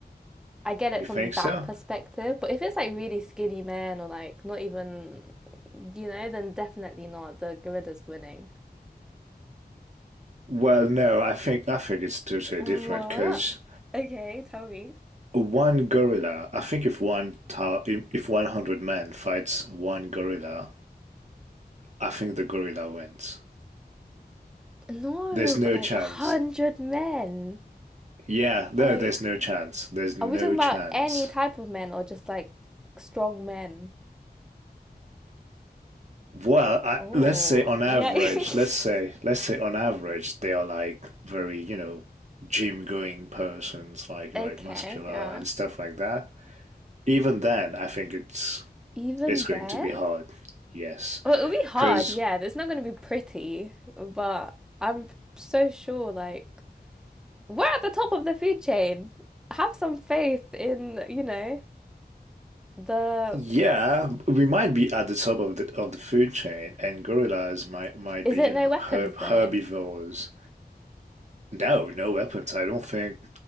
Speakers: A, in the centre; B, on the right (about 45°).
A: I get it
B: You think
A: from that
B: so?
A: perspective. But if it's like really skinny men or like not even, you know, then definitely not. The gorilla's winning.
B: Well, no, I think I think it's totally
A: What?
B: different because
A: Okay, tell me.
B: one gorilla. I think if one ta- if one hundred men fights one gorilla, I think the gorilla wins.
A: No,
B: There's no
A: but like
B: chance.
A: a hundred men.
B: Yeah, no,
A: Like,
B: there's no chance. There's no
A: are we talking
B: chance.
A: about any type of men or just like strong men?
B: Well, I,
A: Oh,
B: let's say on average,
A: yeah. <laughs>
B: let's say, let's say on average, they are like very, you know, gym going persons, like, you
A: okay,
B: know, like muscular
A: yeah.
B: and stuff like that. Even then, I think it's
A: Even
B: it's going
A: then?
B: to be hard. Yes.
A: Well, it'll be hard,
B: Because
A: yeah. It's not going to be pretty, but I'm so sure, like, we're at the top of the food chain. Have some faith in, you know, the.
B: yeah, we might be at the top of the of the food chain, and gorillas might might
A: Is
B: be,
A: it
B: you know,
A: no weapons,
B: herb,
A: though?
B: herbivores. No, no weapons. I don't think